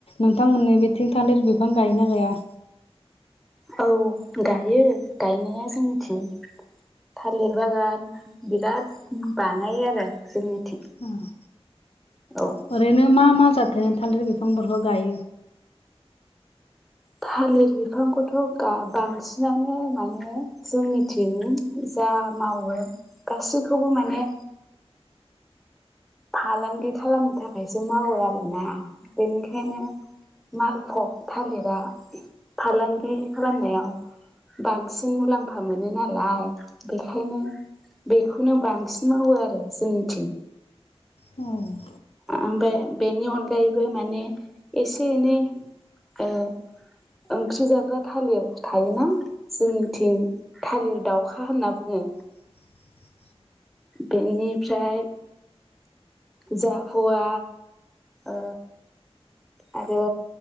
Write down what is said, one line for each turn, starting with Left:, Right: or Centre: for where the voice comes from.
Left: नोंथांमोननि बेथिं थालिर बिफां गायोना गैया
Centre: औ गायो गायनाया जोंनिथिं थालिर बागान बिराद बानायो आरो जोंनिथिं
Left: उम
Centre: औ
Left: ओरैनो मा मा जाथोनि थालदि बिफांफोरखौ गायो
Centre: थालिर बिफांखौथ' बांसिनानो माने जोंनिथि जा मावो गासैखौबो माने फालांगि खालामनो थाखायसो मावो आरोना बेनिखायनो मालफग थालिरा फालांगि खालामनायाव बांसिन मुलाम्फा मोनो नालाय बेखायनो बेखौनो बांसिन मावो आरो जोंनि थिं
Left: औ
Centre: ओमफ्राय बेनि अनगायैबो माने एसे एनै ए ओंख्रि जाग्रा थालिर थायोना जोंनिथिं थालिर दाउखा होनना बुङो
Left: <inaudible>
Centre: बेनिफ्राय जा हुवा ओ आरो